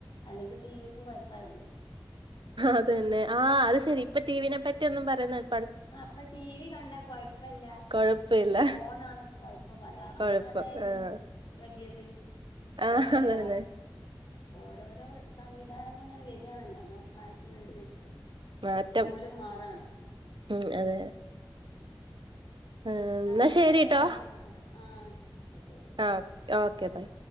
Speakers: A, on the left; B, on the right.
A: അല്ലെങ്കിൽ ടിവിക്കും കുഴപ്പായിരുന്നു
B: അതന്നെ ആ അത് ശെരി ഇപ്പൊ ടിവിനെ പറ്റി <unintelligible> പറയുന്നത്
A: ആ ഇപ്പം ടിവി കണ്ടാ കുഴപ്പല്ല
B: കൊഴപ്പില്ല
A: ഫോണാണ് കുഴപ്പം പറയാ
B: കൊഴപ്പം
A: അന്ന് അതായിരുന്നു
B: ആഹ്
A: വലിയത് ഇപ്പളല്ലേ
B: ആഹ് അതന്നെ
A: ഓരോരോ സംവിധാനം ഇപ്പങ്ങനെ വരാണല്ലോ നമ്മളുടെ കാലത്തിനനുസരിച്ച്
B: മാറ്റം
A: ഓലും മാറാണ്
B: ഉം അതെ അതെ ആ എന്നാ
A: അങ്ങനെയൊക്കെയാണ്
B: ശരിട്ടോ
A: മക്കള് ആ ന്നാ ശരി
B: ആ ഓക്കെ ബൈ